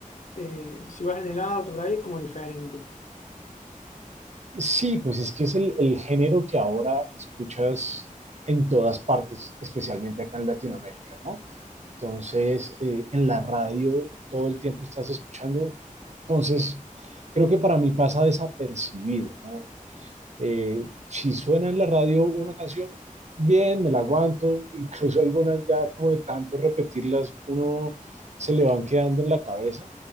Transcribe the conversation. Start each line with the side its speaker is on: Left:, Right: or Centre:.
Left: eh, si vas en el auto por ahí es como diferente.
Right: Sí, pues es que es el, el género que ahora escuchas en todas partes, especialmente acá en Latinoamérica, ¿no? Entonces, eh, en la radio todo el tiempo estás escuchando. Entonces, creo que para mí pasa desapercibido, ¿no? Eh, si suena en la radio una canción, bien, me la aguanto, <laughs> incluso algunas ya como de tanto repetirlas, uno se le van quedando en la cabeza,